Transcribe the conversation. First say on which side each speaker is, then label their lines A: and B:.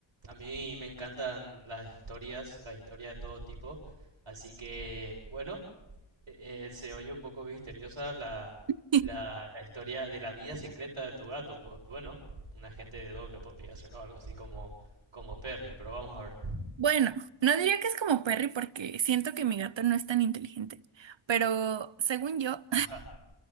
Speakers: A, on the right; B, on the right.
A: a mí me encantan las historias, las historias de todo tipo, así que bueno. eh, se oye un poco misteriosa la,
B: <laughs>
A: la, la historia de la vida secreta de tu gato. Pues bueno, un agente de doble podría ser o algo así como, como Perry, pero vamos a ver.
B: Bueno, no diría que es como Perry porque siento que mi gato no es tan inteligente, pero según yo,
A: Ajá.